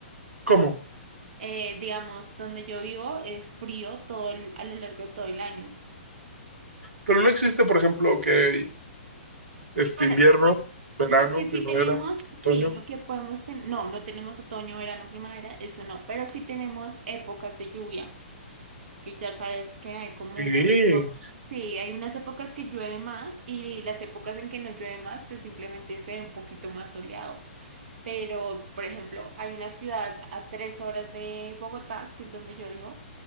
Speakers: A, on the right (about 80°); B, on the right (about 55°).
A: ¿Cómo?
B: Eh, digamos, donde yo vivo es frío todo el- a lo largo de todo el año.
A: Pero no existe, por ejemplo, que este
B: Bueno,
A: invierno, verano,
B: lo que sí
A: primavera,
B: tenemos, sí,
A: otoño.
B: lo que podemos tener, no, no tenemos otoño, verano, primavera, eso no, pero sí tenemos épocas de lluvia. que ya sabes que hay como
A: Sí,
B: unas épocas, sí, hay unas épocas que llueve más y las épocas en que no llueve más, pues simplemente se ve un poquito más soleado. Pero, por ejemplo, hay una ciudad a tres horas de Bogotá, que es donde yo vivo,